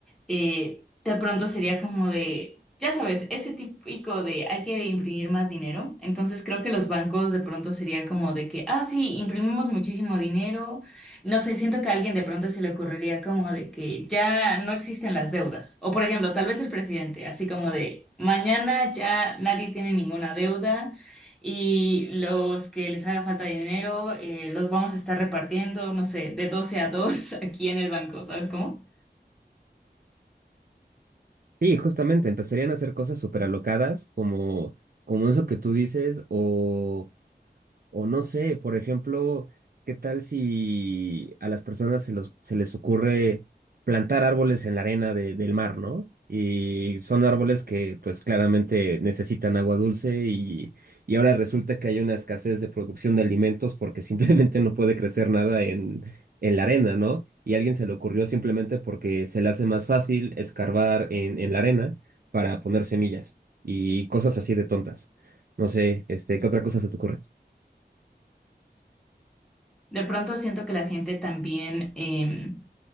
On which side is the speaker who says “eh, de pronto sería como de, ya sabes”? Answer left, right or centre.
Centre